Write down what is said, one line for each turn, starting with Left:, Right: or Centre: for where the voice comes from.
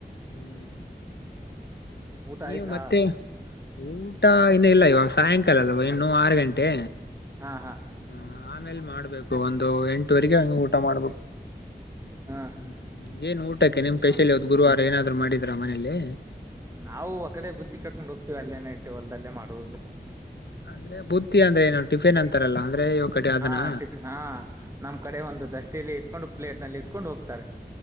Left: ಹ್ಮ್ <inaudible>
Right: ಊಟ
Left: ನೀವು
Right: ಆಯ್ತಾ
Left: ಮತ್ತೆ ಊಟ ಇನ್ನೂ ಇಲ್ಲ ಇವಾಗ ಸಾಯಂಕಾಲ ಅಲ್ವಾ ಇನ್ನೂ ಆರು ಗಂಟೆ.
Right: ಹಾ, ಹಾ
Left: ಹ ಆಮೇಲ್ ಮಾಡ್ಬೇಕು ಒಂದು ಎಂಟುವರೆಗೆ ಹಂಗ ಊಟ ಮಾಡ್ಬೇಕು.
Right: ಹಾ
Left: ಹ್ಮ್ ಏನ್ ಊಟಕ್ಕೆ ನಿಮ್ ಸ್ಪೆಷಲ್
Right: ಹಾ
Left: ಇವತ್ತ ಗುರುವಾರ ಏನಾದ್ರು ಮಾಡಿದ್ರ ಮನೇಲಿ.
Right: ನಾವು ಆ ಕಡೆ ಬುತ್ತಿ ಕಟ್ಕೊಂಡ್ ಹೋಗ್ತೀವಿ. ಅಲ್ಲೇನೇ ನೈಟ್ ಹೊಲ್ದಲ್ಲೇ ಮಾಡುವುದು.
Left: ಅಂದ್ರೆ ಬುತ್ತಿ ಅಂದ್ರೆ ಏನು ಟಿಪಿನ್ ಅಂತಾರಲ್ಲಾ ಅಂದ್ರೆ ಇವ ಕಡೆ ಅದನಾ
Right: ಹಾ ಟಿಫಿನ್ ಹಾ ನಮ್ ಕಡೆ ಒಂದು ದಸ್ತೆಯಲ್ಲಿ ಇಟ್ಕೊಂಡು ಪ್ಲೇಟ್ ನಲ್ಲಿ ಇಟ್ಕೊಂಡು ಹೋಗ್ತಾರೆ.